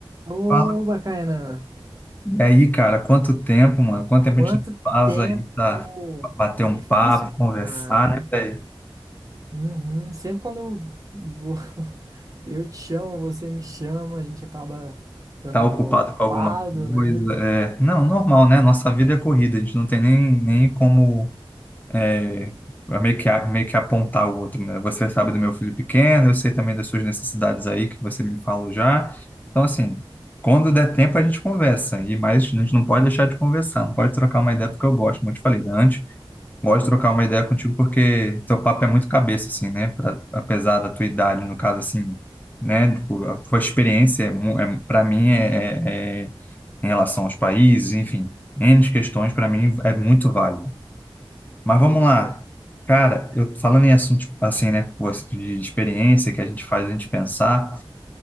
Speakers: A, on the right; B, on the left.
A: Ô,
B: Fala.
A: bacana.
B: E aí, cara, quanto tempo, mano? Quanto tempo
A: Quanto
B: a gente não faz
A: tempo!
B: aí pra bater
A: Difícil,
B: um papo, conversar,
A: cara.
B: né, velho?
A: Uhum. Sempre quando vou- <laughs> eu te chamo, você me chama, a gente acaba estando
B: Tá
A: ocupado,
B: ocupado com alguma
A: né?
B: coisa? É... Não, normal, né? Nossa vida é corrida, a gente não tem nem, nem como é, é meio que, a- meio que apontar o outro, né? Você sabe do meu filho pequeno, eu sei também das suas necessidades aí, que você me falou já. Então, assim, quando der tempo a gente conversa, e mais a gente não pode deixar de conversar, não pode trocar uma ideia porque eu gosto, como eu te falei, né? antes. Gosto de trocar uma ideia contigo porque teu papo é muito cabeça, assim, né? Pra, apesar da tua idade, no caso, assim, né? Tipo, a tua experiência, é, mu- é, para mim, é, é- é em relação aos países, enfim, N questões, para mim, é muito válida. Mas
A: Isso,
B: vamos lá.
A: cara.
B: Cara, eu falando em assunto, tipo, assim, né? com De experiência que a gente faz a gente pensar,